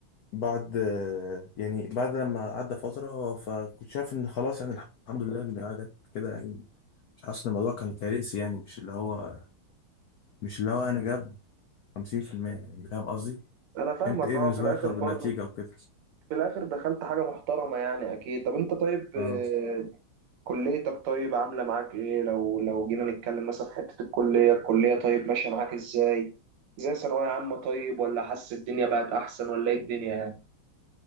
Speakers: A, on the left; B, on the right.
A: بعد آه، يعني بعد لما عدى فترة فكنت شايف إن خلاص يعني الحمد لله إن قعدت كده يعني مش حاسس إن الموضوع كان كارثي يعني مش اللي هو مش اللي هو أنا جاب خمسين في المية يعني فاهم قصدي
B: انا فاهمك
A: أنت إيه
B: اه
A: بالنسبة
B: في الاخر
A: لك طب
B: برضو
A: النتيجة وكده؟
B: في الاخر دخلت حاجه محترمه يعني اكيد طب انت طيب
A: آه.
B: آه، كليتك طيب عامله معاك ايه لو لو جينا نتكلم مثلا في حته الكليه الكليه طيب ماشيه معاك ازاي زي ثانويه عامه طيب ولا حاسس الدنيا بقت احسن ولا ايه الدنيا يعني